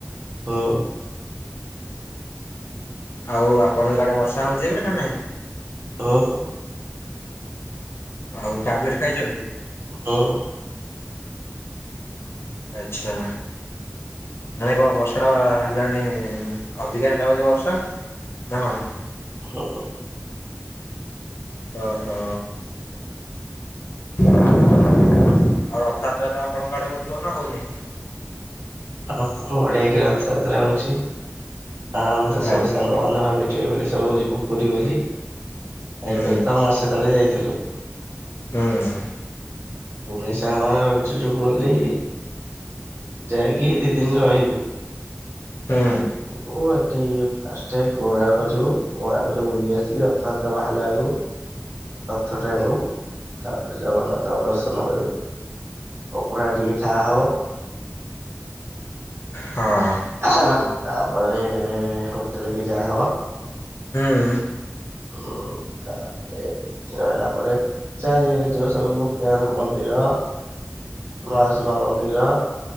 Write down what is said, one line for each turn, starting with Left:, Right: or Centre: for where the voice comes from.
Right: ହଁ।
Left: ଆଉ ଆପଣଙ୍କ ଆଡେ ବର୍ଷା ହଉଚି ଏବେ ନା ନାଇଁ?
Right: ଓହୋ।
Left: ଆଉ ଟାବଲେଟ୍ ଖାଇଚନ୍ତି?
Right: ହଁ।
Left: ଆଚ୍ଛା। ମାନେ କଣ ବର୍ଷାଟା ହେଲାଣି ଅଧିକା ହେଲା ବୋଧେ ବର୍ଷା ନା କଣ?
Right: ହଁ।
Left: ଓହୋ। ଆଉ ରଥଯାତ୍ରା ତ ଆପଣଙ୍କ ଆଡେ ହଉଥିବ ନା ହଉନି?
Right: ହଁ ବଢିଆ କି ରଥଯାତ୍ରା ହଉଛି, ହଁ ଆମେ ତ ସବୁ
Left: ଆ
Right: ସାଙ୍ଗ ମାନେ ଭାବି ଚେ ବେଳି ସବୁ ଯିବୁ ପୁରୀ ବୋଲି,
Left: ହୁଁ
Right: ଏବେ ତ ମାସେ ତଳେ ଯାଇଥିଲୁ।
Left: ହଁ ଅଁ,।
Right: ପୁଣି ସାଙ୍ଗମାନେ ଭାବିଛୁ ଯିବୁ ବୋଲି। ଯାଇକି ଦି ଦିନ ରହିବୁ,
Left: ହୁଁ
Right: ଯିବୁ। ଓ ଏଠି ଫାଷ୍ଟ କୋଣାର୍କ ଯିବୁ, କୋଣାର୍କରେ ବୁଲି ଆସିକି ରଥଯାତ୍ରା ବାହାରିଲା ବେଳକୁ ରଥ ଟାଣିବୁ, ତାପରେ ଜଗନ୍ନାଥଙ୍କ ଦର୍ଶନ କରିବୁ। ଅଭଡ଼ା ଟିକେ ଖାଆ ହବ।
Left: ହଁ।
Right: ହଁ ତାପରେ ହୋଟେଲ୍ କି ଯାହା ହବ।
Left: ହୁଁ।
Right: ଓ, ତାପରେ ସେ ହେଲା ପରେ ଚାରିଆଡେ ଯୋଉ ସବୁ ଗୋପୀନାଥ ମନ୍ଦିର, ମାଉସୀ ମା ମନ୍ଦିର